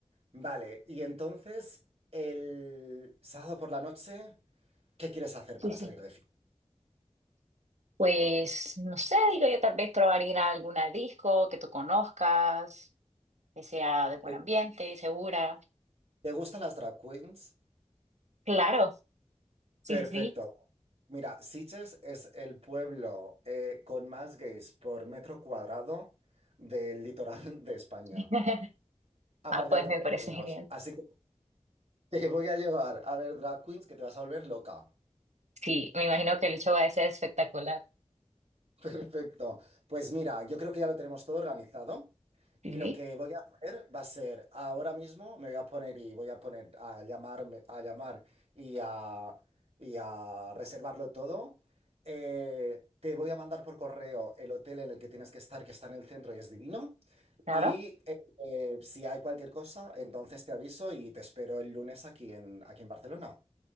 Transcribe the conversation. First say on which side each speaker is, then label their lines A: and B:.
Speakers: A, on the right (about 60°); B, on the right (about 75°).
A: Vale, y entonces el sábado por la noche, ¿qué quieres hacer
B: Sí,
A: para
B: sí.
A: salir de fiesta?
B: Pues no sé, digo yo, tal vez probar ir a alguna disco que tú conozcas, que sea de buen
A: Eh,
B: ambiente, segura.
A: ¿Te gustan las drag queens?
B: Claro, sí,
A: Perfecto.
B: sí, sí.
A: Mira, Sitges es el pueblo eh, con más gays por metro cuadrado del litoral de España,
B: <laughs>
A: aparte
B: Ah, pues
A: de todos
B: me
A: los
B: parece
A: alumnos.
B: genial.
A: Así que te voy a llevar a ver drag queens que te vas a volver loca.
B: Sí, me imagino que el show va a ser espectacular.
A: Perfecto. Pues mira, yo creo que ya lo tenemos todo organizado
B: Sí,
A: y
B: sí,
A: lo que voy a hacer va a ser, ahora mismo me voy a poner y voy a poner a llamarme, a llamar y a, y a reservarlo todo. Eh, te voy a mandar por correo el hotel en el que tienes que estar, que está en el centro y es divino.
B: claro.
A: Y eh, eh, si hay cualquier cosa, entonces te aviso y te espero el lunes aquí en, aquí en Barcelona.